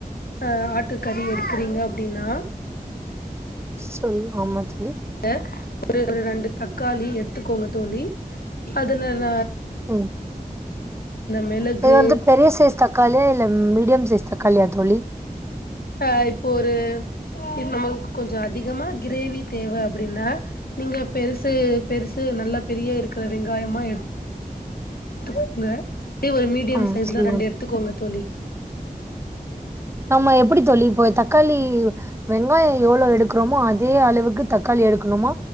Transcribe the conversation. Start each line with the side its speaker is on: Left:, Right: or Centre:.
Left: அ ஆட்டுக்கறி எடுக்குறீங்க அப்டினா
Right: சொல்லு ஆமா தோழி
Left: எ ஒரு ஒரு ரெண்டு தக்காளி எத்துக்கோங்க தோழி அதனல
Right: ம்
Left: மிளகு
Right: இது வந்து பெரிய சைஸ் தக்காளிய இல்ல மீடியம் சைஸ் தக்காளி யா தோழி
Left: அஹ் இப்போ ஒரு நமக்கு கொஞ்ச அதிகமா கிரேவி தேவ அப்டினா நீங்க பெருசு பெருசு நல்லா பெரிய இருக்ற வெங்காயமா எடு துக்கோங்க ஒரு மீடியம்
Right: ம்
Left: சைஸ்ல
Right: சொல்லுங்க
Left: ரெண்டு எடுத்துக்கோங்க தோழி
Right: நம்ம எப்டி தோழி போய் தக்காளி வெங்காயம் எவ்ளோ எடுக்றோமோ அதே அளவுக்கு தக்காளி எடுக்கணுமா